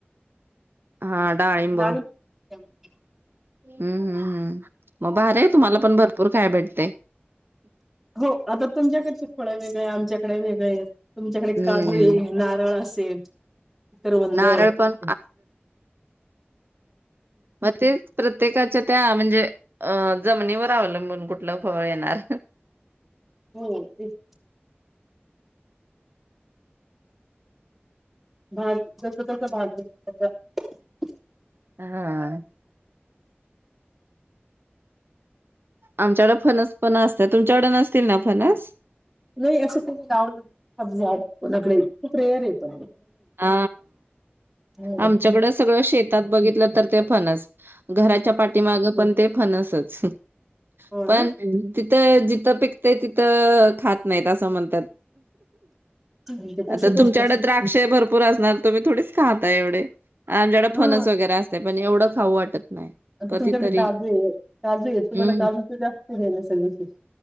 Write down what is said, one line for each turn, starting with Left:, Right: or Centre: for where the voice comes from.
Right: हा डाळिंब.
Centre: डाळिंब
Right: हम्म हम्म मग भारी तुम्हाला पण भरपूर कॅबेट
Centre: हो आता तुमच्याकडची फळ वेगळी, आमच्याक ककडे वेग येतं तुमच्याकडे
Right: हम्म
Centre: काजू आहे नारळ अस तेब करवंद
Right: नारळ पण म तेचं प्रत्येकाच्या त्या म्हणजे अ जमिनीवर अवलंबून कुठलं फळ येणार
Centre: हो तेच भाग जस तस भाग मिलं त्याचा
Right: हा आमच्याकड फनस पण असत तुमच्याकड नसतील ना फनस
Centre: नाही असं कोणी लावलं झाड कोणाकडे खूप रेअर येतो
Right: हा
Centre: हो
Right: आमच्याकड सगळं शेतात बघितलं तर ते फणस घराच्या पाठीमाग पण ते फणसच
Centre: हो
Right: पण
Centre: ना
Right: भिंतीत जिथं पिकते तिथं खात नाहीत असं म्हणतात
Centre: म्हणजे तसच
Right: आता तुमच्याकडे
Centre: असत
Right: द्राक्ष भरपूर असणार तुमी थोडीच खात एवढे आमच्याेड
Centre: हा
Right: फनस वगैरे असते पण एवढं खाऊ वाटत नाही
Centre: आता
Right: कधीतरी.
Centre: तुमच्याकडे काजू आहे, काजू आहे तुम्हाला
Right: हम्म
Centre: काजूचे जास्त हे नसेल विशेष?